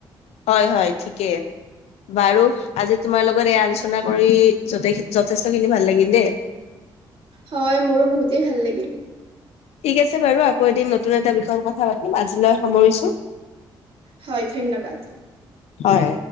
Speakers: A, on the left; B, on the right.
A: হয়, হয় ঠিকেই। বাৰু আজি তোমাৰ লগত এই আলোচনা কৰি য যথেষ্ট খিনি ভাল লাগিল দেই। <inaudible>
B: হয় মোৰ বহুতেই ভাল লাগিল।
A: ঠিক আছে বাৰু আকৌ এদিন নতুন এটা বিষয়ত কথা পাতিম আজিলৈ সামৰিছোঁ।
B: হয় ধন্যবাদ।
A: হয়।